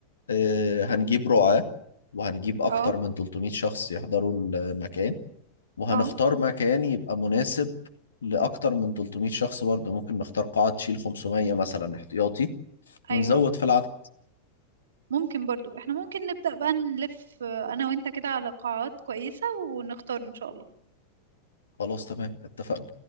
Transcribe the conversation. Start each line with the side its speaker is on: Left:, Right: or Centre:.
Left: آه، هنجيب رعاة وهنجيب أكتر
Right: اه
Left: من 300 شخص يحضروا المكان وهنختار
Right: اه
Left: مكان يبقى مناسب لأكتر من 300 شخص برضه ممكن نختار قاعة تشيل 500 مثلا احتياطي ونزود
Right: أيوه
Left: في العدد
Right: ممكن برضو احنا ممكن نبدأ بقى نلف آه، أنا وأنت كده على قاعات كويسة ونختار إن شاء الله
Left: خلاص تمام اتفقنا